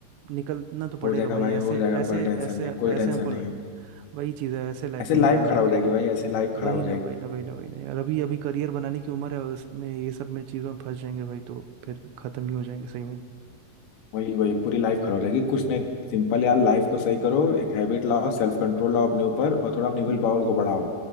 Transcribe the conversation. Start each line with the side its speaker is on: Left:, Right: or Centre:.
Right: निकलना तो पड़ेगा
Left: हो जाएगा
Right: भाई
Left: भाई हो
Right: ऐसे
Left: जाएगा
Right: ऐसे
Left: कोई टेंशन
Right: ऐसे
Left: नहीं
Right: ऐसे
Left: कोई टेंशन
Right: हमको
Left: नहीं
Right: ल-
Left: है
Right: वही चीज़ है ऐसे लाइफ
Left: ऐसे
Right: नहीं
Left: लाइफ
Right: निकालनी
Left: खराब
Right: है यार
Left: हो
Right: हमको
Left: जाएगी भाई ऐसे लाइफ खराब
Right: वही
Left: हो
Right: ना
Left: जाएगी
Right: वही ना वही ना वही ना यार अभी अभी करियर बनाने की उम्र है और उसमें ये सब में चीज़ों में फंस जाएंगे भाई तो फिर खत्म ही हो जाएंगे सही में
Left: वही वही पूरी लाइफ खराब हो जाएगी कुछ नहीं सिंपल यार लाइफ को सही करो एक हैबिट लाओ सेल्फ कंट्रोल लाओ अपने ऊपर और थोड़ा अपनी विल
Right: हम्म
Left: पावर को बढ़ाओ